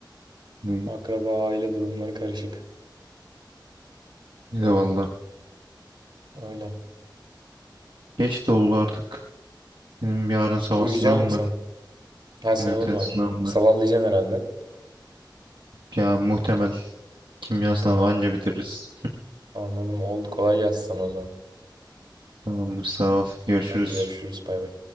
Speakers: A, on the right; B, on the right.
A: Ne,
B: Akraba aile durumları karışık.
A: ne valla.
B: Öyle.
A: Geç de oldu artık. Benim yarın sabah
B: Uyuyacak
A: sınavım
B: mısın
A: var.
B: sen? Her sınavın
A: Evet, evet
B: var.
A: sınavım
B: Sabahlayacaksın
A: var.
B: herhalde.
A: Ya muhtemel kimya
B: Muhtemelen.
A: sınavı anca bitiririz.
B: Anladım. Oldu. Kolay gelsin sana o zaman.
A: Tamamdır sağ ol. Görüşürüz.
B: Hadi görüşürüz. Bay bay.